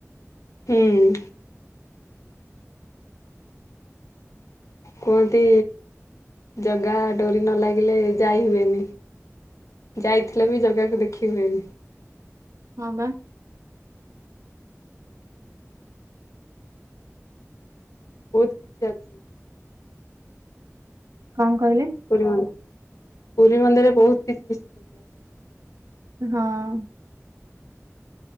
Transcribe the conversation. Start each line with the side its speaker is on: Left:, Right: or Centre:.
Left: ହୁଁ, କୁହନ୍ତି ଜଗା ଡୋରି ନ ଲାଗିଲେ ଯାଇ ହଏନି। ଯାଇଥିଲ ବି ଜଗାକୁ ଦେଖିହୁଏନି।
Right: ହଁ ବା,
Left: ବହୁତ କିଛି ଅଛି।
Right: କଣ କହିଲେ?
Left: ପୁରୀନ୍ଦି ପୁରୀ ମନ୍ଦିରରେ ବହୁତ କିଛି ବିଶେଷ
Right: ହଁ